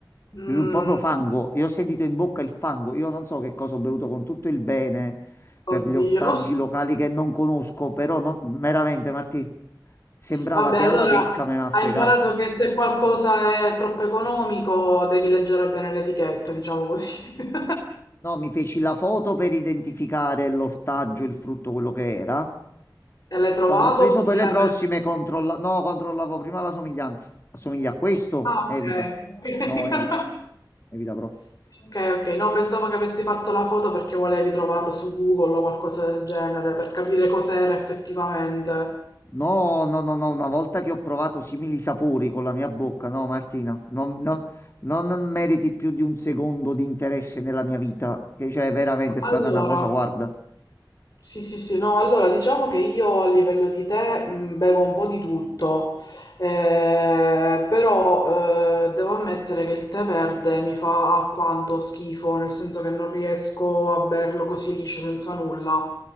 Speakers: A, on the left; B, on the left.
A: Mm,
B: Io- Proprio fango, io ho sentito in bocca il fango. Io non so che cosa ho bevuto con tutto il bene per
A: oddio.
B: gli ortaggi locali che non conosco, però no- veramente, Martì, sembrava
A: Vabbè,
B: te
A: allora
B: alla pesca, ma mi ha
A: hai
B: fregato.
A: imparato che se qualcosa è troppo economico devi leggere bene l'etichetta, diciamo così. <laughs>
B: No, mi feci la foto per identificare l'ortaggio, il frutto, quello che era.
A: E l'hai trovato
B: Quando ho preso
A: oppure...
B: per le prossime, controlla... no, controllavo prima la somiglianza. Assomiglia a questo?
A: Ah,
B: Evita.
A: ok. ok. <laughs>
B: No, evita. Evita proprio.
A: Ok, ok, no, pensavo che avessi fatto la foto perché volevi trovarlo su Google o qualcosa del genere per capire cos'era effettivamente.
B: No, no, no, no, una volta che ho provato simili sapori con la mia bocca, no, Martina, non, non- non meriti più di un secondo di interesse nella mia vita, che cioè veramente è stata
A: Allora,
B: una cosa, guarda.
A: Sì, sì, sì, no, allora diciamo che io a livello di tè mh, bevo un po' di tutto, eh, però eh, devo ammettere che il tè verde mi fa alquanto schifo, nel senso che non riesco a berlo così liscio senza nulla.